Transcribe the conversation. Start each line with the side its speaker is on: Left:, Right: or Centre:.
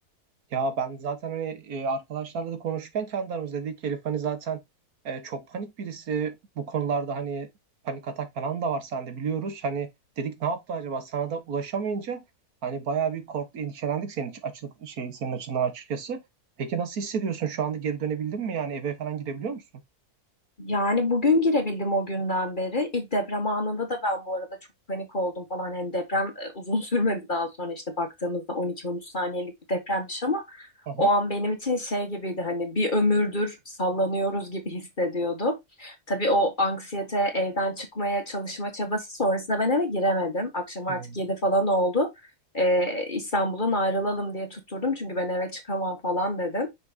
Right: Ya ben zaten hani e, arkadaşlarla da konuşurken kendi aramızda dedik ki Elif hani zaten e, çok panik birisi bu konularda hani panik atak falan da var sende biliyoruz. Hani dedik ne yaptı acaba sana da ulaşamayınca hani bayağı bir korktu endişelendik senin için- açı, şey, senin açından açıkçası. Peki nasıl hissediyorsun şu anda geri dönebildin mi yani eve falan gidebiliyor musun?
Left: Yani bugün girebildim o günden beri. İlk deprem anında da ben bu arada çok panik oldum falan. Hani deprem e, <laughs> uzun sürmedi daha sonra işte baktığımızda 12-13 saniyelik bir depremmiş ama
Right: Hı hı.
Left: o an benim için şey gibiydi hani bir ömürdür sallanıyoruz gibi hissediyordum. Tabii o anksiyete evden çıkmaya çalışma çabası sonrasında ben eve giremedim. Akşam
Right: Hı
Left: artık 7 falan oldu. Ee, İstanbul'dan ayrılalım diye tutturdum çünkü ben eve çıkamam falan dedim